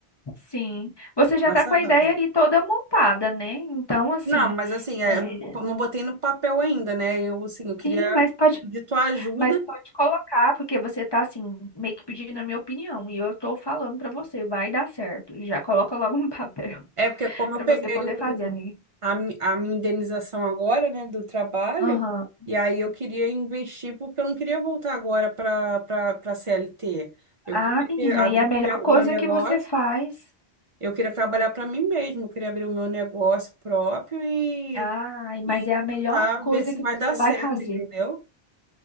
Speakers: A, on the left (about 30°); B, on the right (about 45°).
A: sim. Você já
B: nessa
A: está com
B: base.
A: a ideia aí toda montada, né? Então, assim,
B: Não, mas assim,
A: é,
B: é, eu não, não botei no papel ainda, né? Eu, assim, eu queria
A: sim, mas pode
B: pedir tua ajuda
A: Mas pode colocar, porque você tá assim, meio que pedindo a minha opinião, e eu tô falando pra você, vai dar certo. Já coloca logo no papel
B: É porque
A: <laughs>
B: como
A: pra
B: eu peguei
A: você poder
B: o-
A: fazer, amiga.
B: a, mi- a minha indenização agora, né, do trabalho,
A: Aham.
B: e aí eu queria investir porque eu não queria voltar agora para para CLT. Eu
A: Ah,
B: queria
A: menina,
B: abrir
A: e a melhor
B: o meu
A: coisa
B: meu negócio,
A: que você faz.
B: eu queria trabalhar para mim mesmo, eu queria abrir o meu negócio próprio e,
A: Ai, mas
B: e
A: é a melhor
B: tentar
A: coisa
B: ver se
A: que
B: vai
A: você
B: dar certo,
A: vai fazer.
B: entendeu?